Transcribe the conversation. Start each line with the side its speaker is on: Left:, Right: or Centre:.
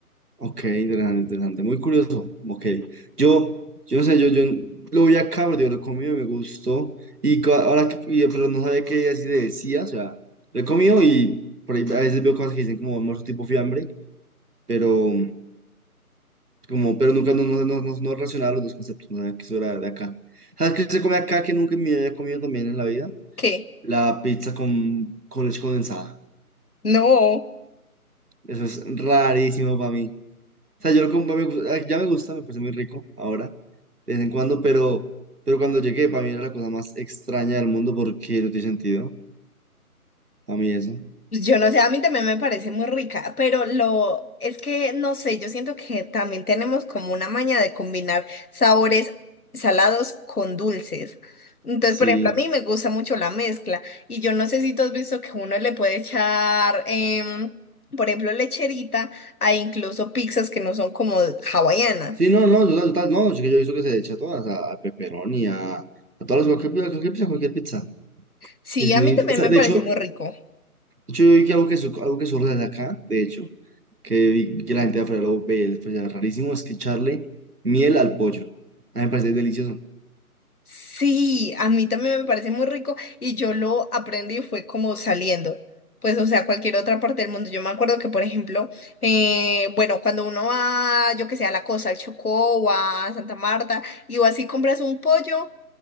Right: Ok, interesante, interesante. Muy curioso. Ok. Yo, yo no sé, yo, yo lo vi acá, pero yo lo comí, me gustó. Y co- ahora, que- y- pero no sabía que así le decía, o sea, lo he comido y por ahí a veces veo cosas que dicen como almuerzo tipo fiambre, pero como, pero nunca no, no, no, no, no relacionaba los dos conceptos, no sabía que eso era de acá. ¿Sabes qué se come acá que nunca me había comido también en la vida?
Left: ¿Qué?
Right: La pizza con, con leche condensada.
Left: No,
Right: Eso es rarísimo para mí. O sea, yo lo como, me gusta- ya me gusta, me parece muy rico ahora, de vez en cuando, pero, pero cuando llegué, para mí era la cosa más extraña del mundo porque no tiene sentido, para mí eso.
Left: pues yo no sé, a mí también me parece muy rica, pero lo es que no sé, yo siento que también tenemos como una maña de combinar sabores salados con dulces. Entonces,
Right: Sí,
Left: por ejemplo, a mí me gusta mucho la mezcla y yo no sé si tú has visto que uno le puede echar, em, por ejemplo, lecherita a incluso pizzas que no son como hawaianas.
Right: sí, no, no, total, total, no, yo, yo he visto que se echa a todas, a, a pepperoni, a, a todas las, cualquier, cualquier pizza, cualquier pizza.
Left: Sí,
Right: Es
Left: a
Right: muy,
Left: mí también
Right: o sea,
Left: me
Right: de
Left: parece
Right: hecho,
Left: muy rico.
Right: yo vi que algo que, su- algo que surge de acá, de hecho, que vi que la gente de afuera lo ve, pues, era rarísimo, es que echarle miel al pollo. A mí me parece delicioso.
Left: Sí, a mí también me parece muy rico y yo lo aprendí fue como saliendo, pues o sea, cualquier otra parte del mundo. Yo me acuerdo que, por ejemplo, eh, bueno, cuando uno va, yo que sé, a La costa al Chocó o a Santa Marta y o así compras un pollo,